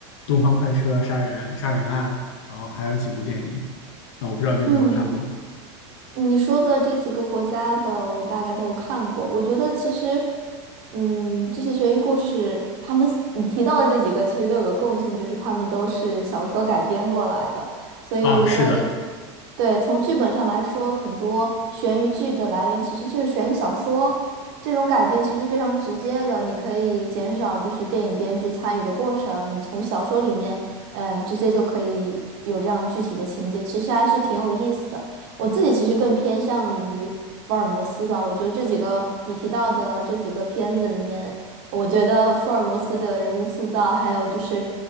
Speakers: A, on the left; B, on the right.
A: 《东方快车》杀人杀人案，然后还有几部电影啊，我不知道你有没有看过
B: 嗯。你说的这几个国家的，我大概都有看过。我觉得其实，嗯，这些悬疑故事，他们你提到的这几个，其实都有个共性，就是他们都是小说改编过来的。所以我觉得这
A: 啊？是的。
B: 对，从剧本上来说，很多悬疑剧的来源其实就是悬疑小说，这种改编其实非常直接的，你可以减少就是电影编剧参与的过程，你从小说里面，嗯、直接就可以有这样具体的情节，其实还是挺有意思的。我自己其实更偏向于福尔摩斯吧，我觉得这几个你提到的这几个片子里面，我觉得福尔摩斯的人物塑造，还有就是，